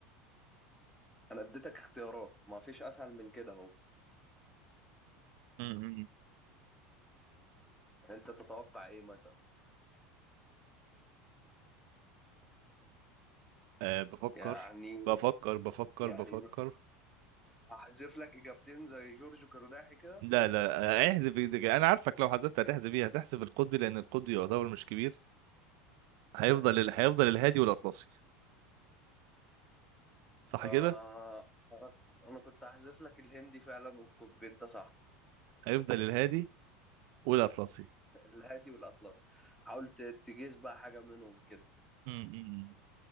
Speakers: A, in the centre; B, on the right.
A: انا اديتك اختيارات ما فيش اسهل من كده اهو
B: امم
A: انت تتوقع ايه مثلا
B: أه بفكر
A: يعني
B: بفكر بفكر
A: يعني
B: بفكر
A: احذف لك اجابتين زي جورج قرداحي كده
B: لا لا آه، احذف إيدك. انا عارفك لو حذفت هتحذف ايه هتحذف القطبي لان القطبي يعتبر مش كبير
A: <laughs>
B: هيفضل ال... هيفضل الهادي والاطلسي صح
A: آه
B: كده
A: أنا كنت هحذف لك الهندي فعلا والكوبي أنت صح
B: هيفضل الهادي والاطلسي
A: الهادي والأطلسي حاولت تجيز بقى حاجة منهم كده
B: امم